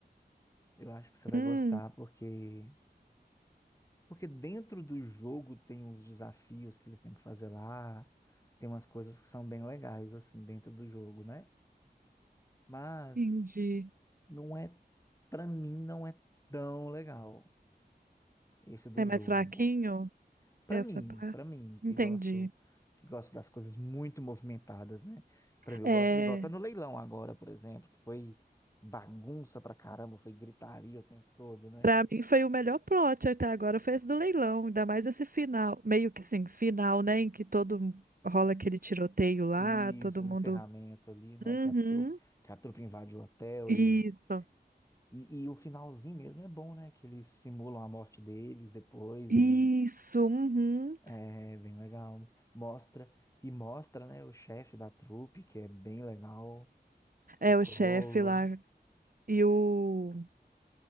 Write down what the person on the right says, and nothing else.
Hum,
entendi.
É
mais fraquinho
essa
parte?
Entendi.
É,
para mim foi o melhor plot até agora, foi esse do leilão, ainda mais esse final, meio que sim, final, né, em que todo rola aquele tiroteio lá,
todo
mundo.
Uhum.
Isso.
Isso,
uhum.
É
o chefe lá e o